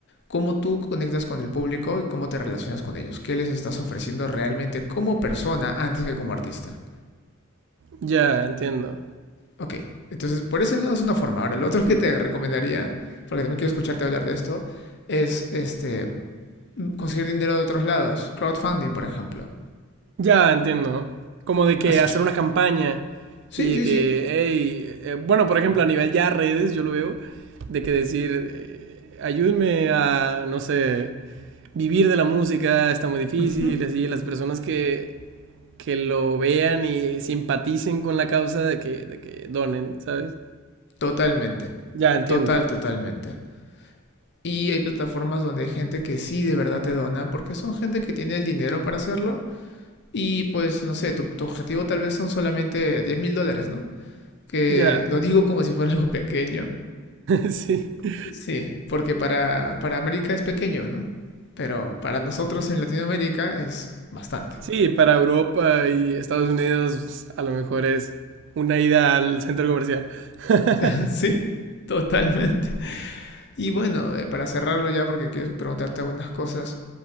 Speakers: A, on the left (about 55°); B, on the right (about 55°).
A: Cómo tú conectas con el público y cómo te relacionas con ellos. ¿Qué les estás ofreciendo realmente como persona antes que como artista?
B: Ya, entiendo.
A: Ok, entonces por ese lado es una forma. Ahora, lo otro que te recomendaría, porque también quiero escucharte hablar de esto, es este, conseguir dinero de otros lados. Crowdfunding, por ejemplo.
B: Ya, entiendo. Como de que
A: ¿Has
B: hacer
A: hecho?
B: una campaña
A: Sí,
B: y
A: sí,
B: de que,
A: sí.
B: hey, eh, bueno, por ejemplo, a nivel ya redes, yo lo veo, de que decir, eh, ayúdenme a, no sé, vivir de la música, está muy difícil,
A: Ujú.
B: así, las personas que, que lo vean y simpaticen con la causa de que, de que donen, ¿sabes?
A: Totalmente.
B: Ya, entiendo.
A: Total, totalmente. Y hay plataformas donde hay gente que sí de verdad te dona, porque son gente que tiene el dinero para hacerlo. Y pues, no sé, tu, tu objetivo tal vez son solamente diez mil dólares, ¿no? Que
B: Ya.
A: lo digo como si fuera algo pequeño.
B: <laughs> Sí.
A: Sí, porque para, para América es pequeño, ¿no? Pero para nosotros en Latinoamérica es bastante.
B: Sí, para Europa y Estados Unidos a lo mejor es una ida al centro comercial.
A: <laughs>
B: <laughs>
A: sí, totalmente. Y bueno, eh, para cerrarlo ya, porque quiero preguntarte algunas cosas.